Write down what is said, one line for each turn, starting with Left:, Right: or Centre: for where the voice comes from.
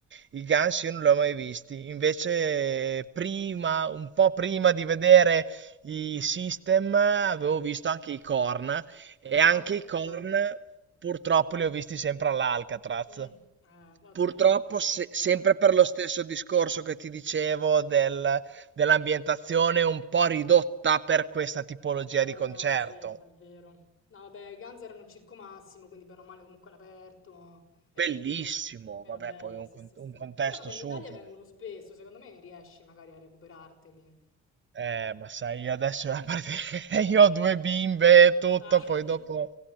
Right: I Guns io non li ho mai visti. Invece prima, un po' prima di vedere i System, avevo
Left: Mm.
Right: visto anche i Korn e
Left: Ah,
Right: anche
Left: figo.
Right: i Korn purtroppo li ho visti sempre all'Alcatraz.
Left: Mm. Eh, vabbè.
Right: Purtroppo se-
Left: Peccato.
Right: sempre per lo stesso discorso che ti dicevo del- dell'ambientazione un po' ridotta per questa tipologia
Left: Eh,
Right: di concerto.
Left: no, sì, è vero. No, vabbè, i Guns erano al Circo Massimo, quindi bene o male comunque all'aperto. Era
Right: Bellissimo,
Left: figo. Era
Right: vabbè,
Left: bello,
Right: poi un,
Left: sì,
Right: con-
Left: sì,
Right: un
Left: sì.
Right: contesto
Left: Però vabbè,
Right: super.
Left: in Italia vengono spesso, secondo me riesci magari a recuperarteli.
Right: Eh, ma sai, io adesso <laughs> a parte- io ho due bimbe e tutto,
Left: Ah.
Right: poi dopo
Left: <laughs>